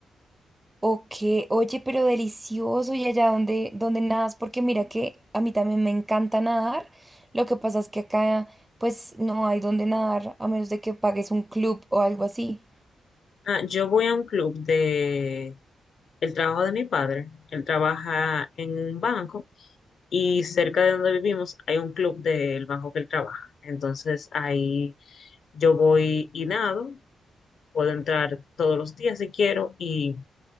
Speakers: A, on the right; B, on the left.
A: Ok, oye, pero delicioso y allá donde, donde nadas, porque mira que a mí también me encanta nadar. Lo que pasa es que acá pues no hay donde nadar a menos de que pagues un club o algo así.
B: Ah, yo voy a un club de el trabajo de mi padre. Él trabaja en un banco y cerca de donde vivimos hay un club del banco que él trabaja. Entonces ahí Yo voy y nado, puedo entrar todos los días si quiero y